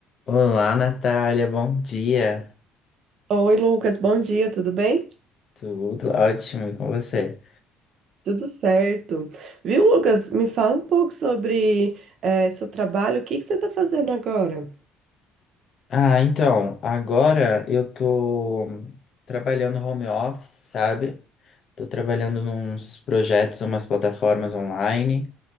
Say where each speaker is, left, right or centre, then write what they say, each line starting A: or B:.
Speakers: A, on the left; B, on the right.
A: Olá, Natália, bom dia.
B: Oi, Lucas, bom dia, tudo bem?
A: Tudo ótimo, e com você?
B: Tudo certo. Viu, Lucas? Me fala um pouco sobre eh, seu trabalho, o que que você está fazendo agora?
A: Ah, então, agora eu tô trabalhando home office, sabe? Tô trabalhando nos projetos, umas plataformas online.